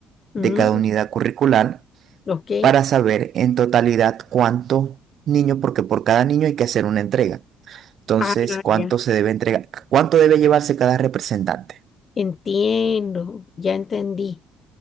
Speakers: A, on the left; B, on the right.
A: Mm,
B: de cada unidad curricular
A: ok.
B: para saber en totalidad cuántos niños, porque por cada niño hay que hacer una entrega. Entonces,
A: Ah,
B: cuánto
A: ya.
B: se debe entregar, cuánto debe llevarse cada representante.
A: Entiendo, ya entendí.